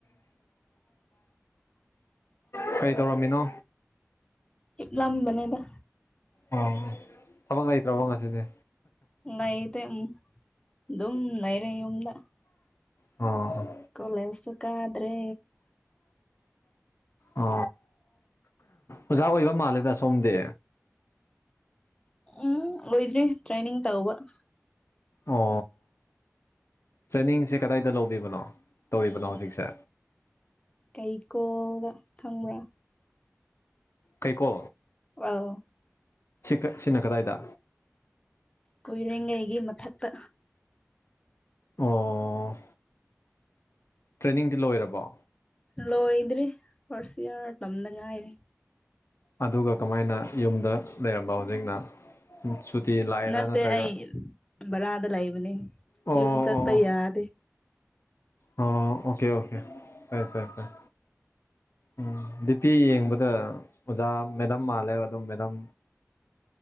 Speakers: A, on the left (about 60°); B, on the left (about 20°).
A: ꯑ ꯀꯔꯤ ꯇꯧꯔꯝꯃꯤꯅꯣ
B: ꯍ ꯂꯝ ꯅꯗ
A: ꯑꯣ ꯊꯕꯛ ꯂꯩꯇ꯭ꯔꯕꯣ ꯉꯁꯤꯗꯤ
B: ꯂꯩꯇ ꯑꯗꯨꯝ ꯂꯩꯔ ꯌꯗ
A: ꯑꯣ
B: ꯀꯣꯂꯦꯦꯜꯁꯨꯈꯗ꯭ꯔꯦ
A: ꯑꯣ ꯑꯣꯖꯥ ꯑꯣꯏꯕ ꯃꯥꯜꯂꯦꯗ ꯁꯣꯝꯗꯤ
B: ꯎꯝ ꯑꯣꯏꯣꯏꯗ꯭ꯔꯤ ꯇ꯭ꯔꯦꯅꯤꯡ ꯇꯧꯕꯕ
A: ꯑꯣ ꯇ꯭ꯔꯦꯅꯤꯡꯁꯦ ꯀꯗꯥꯏꯗ ꯂꯧꯕꯤꯕꯅꯣ ꯇꯧꯔꯤꯕꯅꯣ ꯍꯧꯖꯤꯛꯁꯦ
B: ꯀꯩꯀꯣꯜꯗ ꯊꯪꯕ꯭ꯔꯥ
A: ꯀꯩꯀꯣ
B: ꯋꯥ
A: ꯀ ꯁꯤꯅ ꯀꯗꯥꯏꯗ
B: ꯀꯣꯏꯂꯒ ꯑꯩꯒꯤ ꯃꯛꯇ
A: ꯑꯣ ꯇ꯭ꯔꯦꯅꯤꯡꯗꯤ ꯂꯣꯏꯔꯕꯣ
B: ꯂꯣꯏꯗ꯭ꯔꯔꯤ ꯐꯥꯔꯁ ꯏꯔ ꯇꯗ ꯉꯥꯏꯔꯦ
A: ꯑꯗꯨꯒ ꯀꯃꯥꯏꯅ ꯌꯨꯝꯗ ꯂꯩꯔꯝꯕ ꯍꯧꯖꯤꯛꯅ ꯁꯨꯇꯤ ꯂꯥꯛꯑꯦꯔꯥ
B: ꯅꯠꯇꯦ
A: ꯅꯠꯇ꯭ꯔꯒ
B: ꯑ ꯕꯔꯥꯗ ꯂꯩꯕꯅꯦ
A: ꯑꯣ
B: ꯌꯨꯝ ꯆꯠꯄ
A: ꯑꯣ
B: ꯌꯥꯗꯦ
A: ꯑꯣ ꯑꯣꯀꯦ ꯑꯣꯀꯦ ꯐꯔꯦ ꯐꯥꯏ ꯐꯔꯦ ꯎꯝ ꯗꯤꯄꯤ ꯌꯦꯡꯕꯗ ꯑꯣꯖꯥ ꯃꯦꯗꯝ ꯃꯥꯜꯂꯦ ꯑꯗꯨꯝ ꯃꯦꯗꯝ